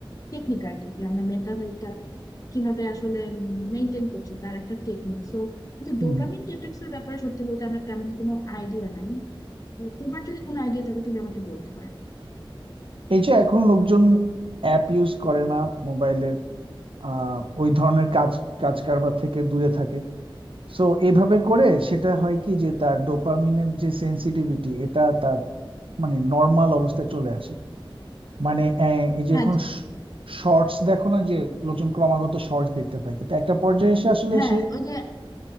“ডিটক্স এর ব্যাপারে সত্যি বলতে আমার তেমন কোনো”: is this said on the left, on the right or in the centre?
Left